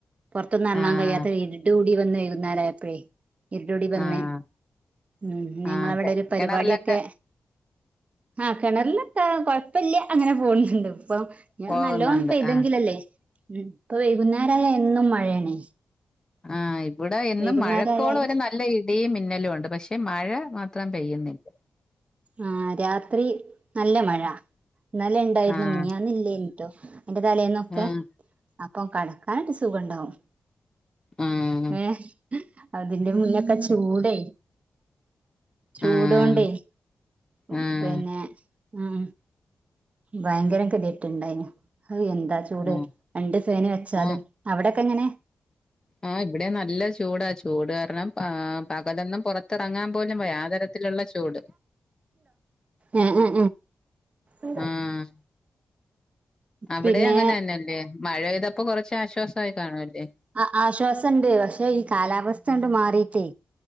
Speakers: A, on the right; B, on the left.
A: പൊറത്തൊന്നും എറങ്ങാൻ
B: ആഹ്
A: കഴിയാത്ത ഇരിട് കൂടി വന്ന് വൈകുന്നേര ആയപ്പഴേ ഇരിട് കൂടി വന്ന്.
B: ആഹ്
A: ഉം ഞങ്ങളവെടൊരു
B: ആഹ് കെ
A: പരിപാടിയെക്കെ.
B: കിണറിലൊക്കെ
A: ആഹ് കെണറിലെത്താ കൊഴപ്പല്ല്യ അങ്ങനെ പോണുണ്ട് ഇപ്പം. ഇങ്ങനെ
B: പോകുന്നുണ്ട്
A: നല്ലോം പെയ്തെങ്കിലല്ലേ.
B: ആഹ്
A: ഉം ഇപ്പൊ വൈകുന്നേരായാ എന്നും മഴയാണേ.
B: ആഹ് ഇവ്ടെ എന്നും
A: വൈകുന്നേരം
B: മഴക്കോളും
A: ആയാല്
B: വരും നല്ല ഇ ടിയും മിന്നെലും ഒണ്ട്. പക്ഷെ മഴ മാത്രം പെയ്യുന്നില്ല.
A: ആഹ് രാത്രി നല്ല മഴ. ഇന്നലെ ഇണ്ടായിരുന്നു.
B: ആഹ്
A: മിനിയാന്ന് ഇല്ലേഞ്ഞിട്ടോ. അയിന്റെ തലേന്നൊക്കെ.
B: ആഹ്
A: അപ്പൊ കെടക്കാനട്ട് സുഖ ഉണ്ടാവും.
B: ആഹ്
A: ഏഹ് അതിന്റെ മുന്നൊക്കെ ചൂടേ ചൂടോണ്ടേ
B: ആഹ്
A: ഉം
B: ആഹ്
A: പിന്നെ ഉം ഭയങ്കര കെതിയെട്ട്ണ്ടായിന്. അഹ് എന്താ ചൂട്.
B: ആഹ്
A: രണ്ട് ഫാന് വെച്ചാലും.
B: ആഹ്
A: അവെടെക്കെ എങ്ങനെ?
B: ആഹ് ഇവെടെം നല്ല ചൂടാ. ചൂട് കാരണം ആ പകലൊന്നും പൊറ ത്തിറങ്ങാൻ പോലും വയ്യാ. ആ തരത്തിലൊള്ള ചൂട്.
A: ഏഹ് ഏഹ് ഏഹ്
B: ആഹ് അവിടേ
A: പിന്നെ
B: അങ്ങനെ തന്നെ അല്ലേ. മഴെയ്തപ്പ കൊറച്ചാശ്വാസായി കാണൂല്ലേ.
A: അ ആശ്വാസണ്ട്, പക്ഷേ ഈ കാലാവസ്ഥങ്ങണ്ട് മാറിട്ടേ